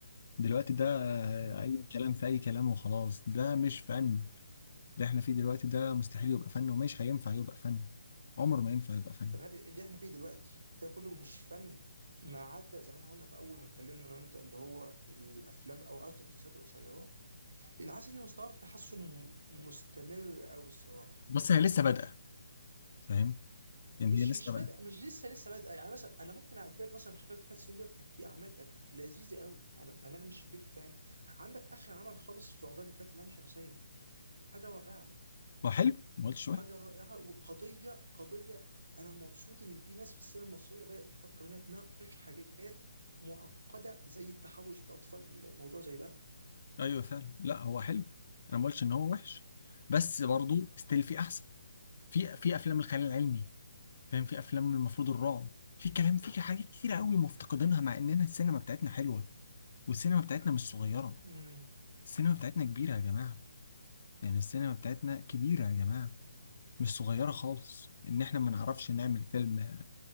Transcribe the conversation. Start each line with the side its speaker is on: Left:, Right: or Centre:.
Left: دلوقتي ده آه،
Right: امم
Left: اي كلام في اي كلام وخلاص ده مش فن اللي احنا فيه دلوقتي ده مستحيل يبقى فن ومش هينفع يبقى فن عمره ما ينفع يبقى فن
Right: طب هل اللي احنا فيه دلوقتي ده كله مش فن ما عدا زي ما احنا قلنا في اول ما اتكلمنا انا وانت اللي هو الافلام او قصدي المسلسلات القصيره لان حاسس ان مستواه في تحسن م- مستمر قوي الصراحه
Left: بس هي لسه بادئه فاهم يعني
Right: مش
Left: هي لسه
Right: مش
Left: بادئه
Right: بادئه مش لسه لسه بادئه يعني مثلا انا ممكن اعدي لك مثلا خلال ثلاث سنين دولت كان في اعمال كانت لذيذه قوي اتعملت مع ان انا مش بيك فان عندك اخر عمل خالص في رمضان اللي فات لام شمسيه حاجه رائعه
Left: هو حلو ما قلتش وحش
Right: حاجه رائعه وقضيه قضيه انا مبسوط ان في ناس في السينما المصريه بدات تفكر انها تناقش حاجات معقده زي التحرش بالاطفال بموضوع زي
Left: ايوه فعلا لا هو حلو انا ما قلتش ان هو وحش بس برضه ستيل في احسن في في افلام الخيال العلمي فاهم في افلام المفروض الرعب في كلام في حاجات كتير قوي مفتقدينها مع اننا السينما بتاعتنا حلوه والسينما بتاعتنا مش صغيره
Right: ده
Left: السينما بتاعتنا كبيره يا جماعه يعني السينما بتاعتنا كبيره يا جماعه مش صغيره خالص ان احنا ما نعرفش نعمل فيلم